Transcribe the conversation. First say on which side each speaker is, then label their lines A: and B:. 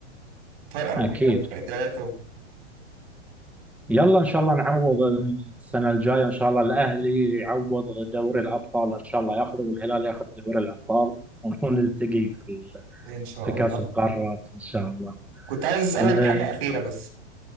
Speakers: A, on the right (about 55°); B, in the centre.
A: فرق أربعة
B: أكيد
A: وفرق ثلاثة و...
B: يلا إن شاء الله نعوض السنة الجاية إن شاء الله الأهلي يعوض دوري الأبطال إن شاء الله ياخذه والهلال ياخذ دوري الأبطال ونلتقي في ال-
A: إن شاء
B: في كأس
A: الله
B: القارات إن شاء الله
A: كنت عايز أسألك
B: أنا-
A: حاجة أخيرة بس